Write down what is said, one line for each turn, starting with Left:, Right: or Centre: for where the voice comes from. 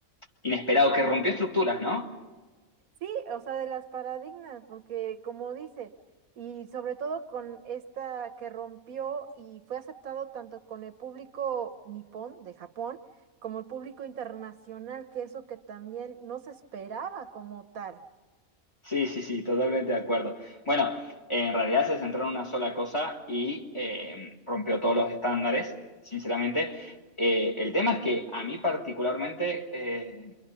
Left: inesperado, que rompió estructuras, ¿no?
Right: Sí, o sea, de las paradigmas, porque como dice, y sobre todo con esta que rompió y fue aceptado tanto con el público nipón de Japón como el público internacional, que eso que también no se esperaba como tal.
Left: Sí, sí, sí, totalmente de acuerdo. Bueno, en realidad se centró en una sola cosa y eh, rompió todos los estándares, sinceramente. Eh, el tema es que a mí particularmente, eh,